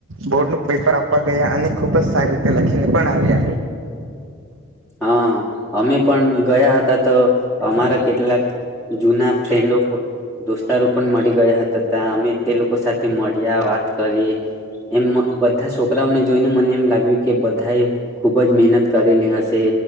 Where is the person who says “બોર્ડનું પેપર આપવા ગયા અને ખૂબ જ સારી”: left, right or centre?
Right